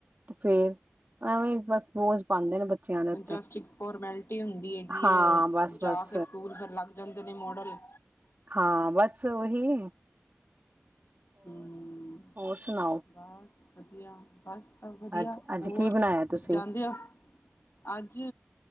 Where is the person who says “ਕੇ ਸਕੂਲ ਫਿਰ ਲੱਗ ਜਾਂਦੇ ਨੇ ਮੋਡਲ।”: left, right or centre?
Left